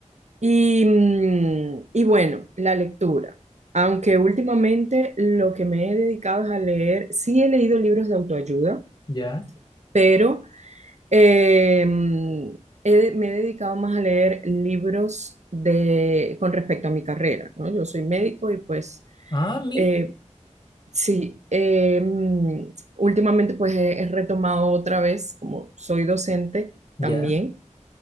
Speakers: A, on the right (about 65°); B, on the left (about 35°).
A: Y, mm, y bueno, la lectura. Aunque últimamente lo que me he dedicado es a leer, sí he leído libros de autoayuda,
B: ya.
A: pero eh, mm, he- de- me he dedicado más a leer libros de, con respecto a mi carrera, ¿no? Yo soy médico y pues
B: Ah, mira,
A: eh, sí, eh, mm, últimamente pues he he retomado otra vez, como soy docente
B: ya.
A: también